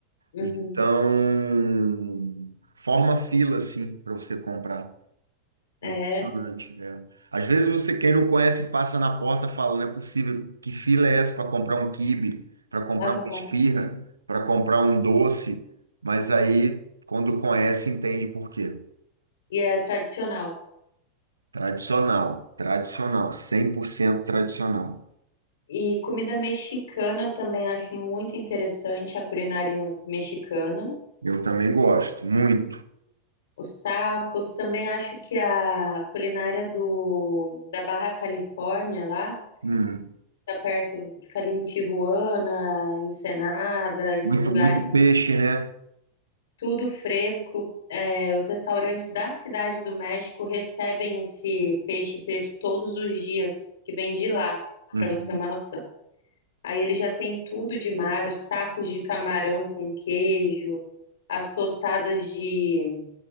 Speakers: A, on the left; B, on the right.
A: uhum.
B: Então, forma fila assim para você comprar.
A: É,
B: Impressionante, é. Às vezes você, quem não conhece, passa na porta falando, não é possível, que fila é essa para comprar um quibe, para comprar
A: aham.
B: uma esfirra, para comprar um doce, mas aí, quando conhece, entende por quê.
A: E é tradicional.
B: Tradicional, tradicional, 100% tradicional.
A: E comida mexicana eu também acho muito interessante, a culinária mexicana.
B: Eu também gosto, muito.
A: Os tacos, também acho que a culinária do, da Barra Califórnia lá,
B: Hum.
A: tá perto, fica ali em Tijuana, Ensenada, esses
B: Muito,
A: lugares,
B: muito peixe, né?
A: tudo fresco. É, os restaurantes da Cidade do México recebem esse peixe fresco todos os dias, que vem de lá,
B: Uhum.
A: para você ter uma noção. Aí ele já tem tudo de mar, os tacos de camarão com queijo, as tostadas de